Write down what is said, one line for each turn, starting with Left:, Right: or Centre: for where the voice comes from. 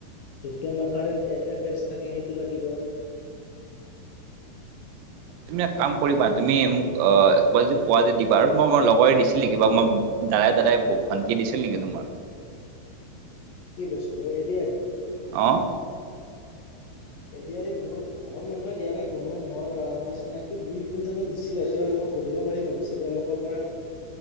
Left: টো আমাৰ কাৰেণ্ট এফেয়াৰছ থাকে সেইটো লাগিব।
Right: তুমি এক কাম কৰিবা, তুমি মোক অ কিবা যদি পোৱা যদি দিবা আৰু মই মই লগৰে দিছিলি কিবা মই - দাদাই দাদাই ভান্তিয়ে দিছিল নেকি তোমাৰ?
Left: কি বস্তু এ ডি আৰ ই?
Right: অ।
Left: এ দি আৰ ই মোৰ ঘৰৰ মানুহে দিয়া নাই কোনো মোৰ অ চিনাকি দুই তিনি জনে দিছিলে। তেওঁলোকক সুধিব পাৰিম অৱশ্যে তেওঁলোকৰ পৰা